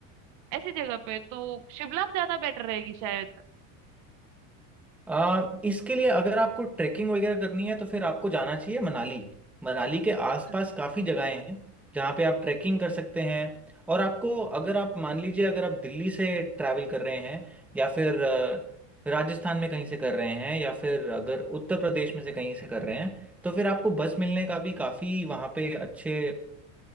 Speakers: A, on the right (about 50°); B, in the centre.
A: ऐसी जगह पे तो शिमला ज्यादा बेटर रहेगी शायद
B: आ, इसके लिए अगर आपको ट्रैकिंग वगैरह करनी है तो फिर आपको जाना चाहिए मनाली मनाली के आसपास
A: अच्छा अच्छा
B: काफ़ी जगहें हैं जहाँ पे आप ट्रैकिंग कर सकते हैं और आपको अगर आप मान लीजिए अगर आप दिल्ली से ट्रैवल कर रहे हैं या फिर अ, राजस्थान में कहीं से कर रहे हैं या फिर अगर उत्तर प्रदेश में से कहीं से कर रहे हैं तो फिर आपको बस मिलने का भी काफ़ी वहाँ पे अच्छे